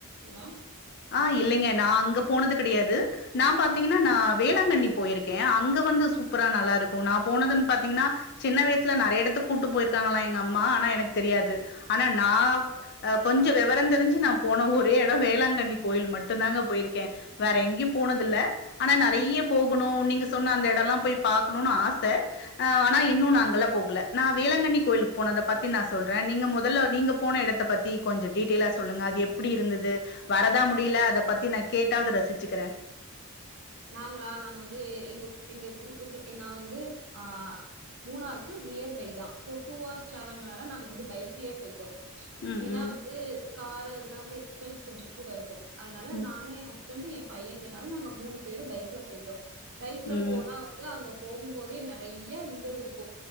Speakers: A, on the right; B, on the left.
A: ங்களா
B: ஆ இல்லைங்க நா அங்க போனது கெடையாது நா பாத்தீங்கன்னா நா வேளாங்கண்ணி போயிருக்க அங்க வந்து சூப்பரா நல்லா இருக்கு நா போனதுன் பாத்தீங்கன்னா சின்ன வயிசுல நறையா எடத்துக்கு கூட்டு போயிருக்காங்களா எங்க அம்மா ஆனா எனக்கு தெரியாது ஆனா நா கொஞ்சோ வெவரந் தெருஞ்சு நா போன ஒரே எடோ வேளாங்கண்ணி கோயில் மட்டுந்தாங்க போயிருக்க வேற எங்கயு போனதில்ல ஆனா நறையா போகணு நீங்க சொன்ன அந்த எடோலா போய் பாக்கணுன் ஆச ஆ ஆனா இன்னு நா அங்கெல்லா போகல நா வேளாங்கண்ணி கோயிலு போனத பத்தி நா சொல்ற நீங்க மொதல்ல நீங்க போன எடத்த பத்தி கொஞ்சோ டீடெயில்லா சொல்லுங்க அது எப்டி இருந்தது வர தா முடில அத பத்தி நா கேட்டாவது ரசுச்சுக்குற
A: நாங்களா நாங்க வந்து எங்க எங்க ஊ ஊர்ல நா வந்து ஆ மூணாருக்கு நியர்பை தா சோ டூ ஹார்ஸ் டிராவல்னால நாங்க வந்து பைக்லயே போயிட்டோ
B: ம்
A: ஏன்னா
B: ம்
A: வந்து காரு அதுனா வந்து எக்ஸ் பென்ஸ் கொஞ்சோ கூட இருக்கு அதனால
B: ம்
A: நானு எ ஹஸ்பண்டு எம் பையங்கல நாங்க மூணு பேரு பைக்ல போயிட்டோ பைக்ல
B: ம்
A: போனா வந்து அங்க போகும்போதே நறையா இந்தது இருக்கு